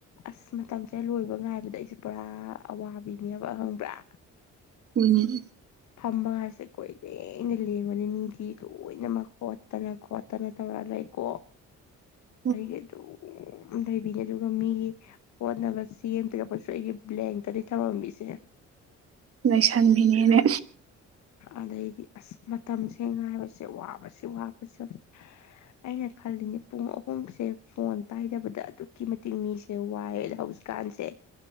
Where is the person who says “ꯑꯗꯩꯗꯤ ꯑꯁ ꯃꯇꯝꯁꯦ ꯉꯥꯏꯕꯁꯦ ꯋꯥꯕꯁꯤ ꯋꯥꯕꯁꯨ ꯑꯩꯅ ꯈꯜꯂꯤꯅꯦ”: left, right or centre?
Left